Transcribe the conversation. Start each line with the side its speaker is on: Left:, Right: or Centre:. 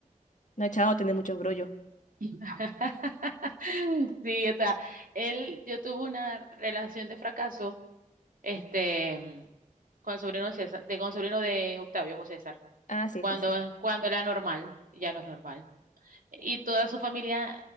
Left: No, chao, tiene muchos brollos.
Right: <laughs> Sí, o sea, él, yo tuve una relación de fracaso este, mm, con el sobrino de César, de, con el sobrino de Octavio, con César,
Left: Ah, sí,
Right: cuando,
Left: sí, sí.
Right: cuando era normal, ya no es normal. Y toda su familia